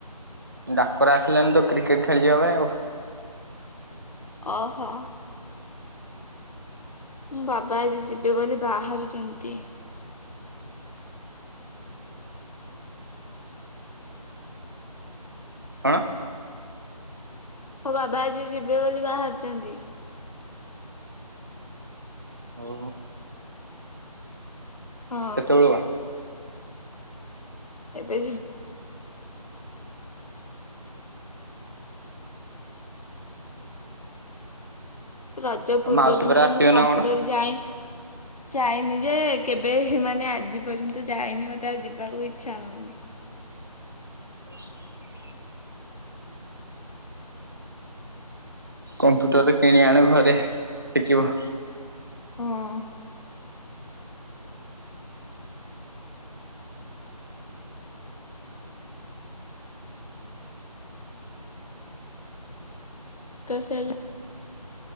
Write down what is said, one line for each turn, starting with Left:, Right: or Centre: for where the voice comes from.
Right: ଡାକରା ଆସିଲାନି ତ କ୍ରିକେଟ ଖେଳିଯିବା ପାଇଁ ଆଉ
Left: ଅହୋ ମୁଁ ବାବା ଆଜି ଯିବେ ବୋଲି ବାହାରିଛନ୍ତି
Right: କଣ
Left: ମୋ ବାବା ଆଜି ଯିବେ ବୋଲି ବାହାରାରୁଛନ୍ତି
Right: ଓହୋ
Left: ହଁ
Right: କେ ତେଳୁ ବା
Left: ଏବେ ରଜ ପୂର୍ବ
Right: ଆଉ ମାଉସୀ
Left: ଦିନରେ
Right: ପରା ଆସିବେ
Left: ମୁଁ କମ୍ପ୍ୟୁଟର
Right: ନା କଣ?
Left: ଯାଏ ଯାଇନି ଯେ କେବେ ମାନେ ଆଜି ପର୍ଯ୍ୟନ୍ତ ଯାଇନି ମତେ ଆଉ ଯିବାକୁ ଇଚ୍ଛା ହଉନି
Right: <inaudible> କମ୍ପ୍ୟୁଟରଟେ କିଣି ଆଣେ ଘରେ ଶିଖିବ
Left: ହଁ କସ ହେଲ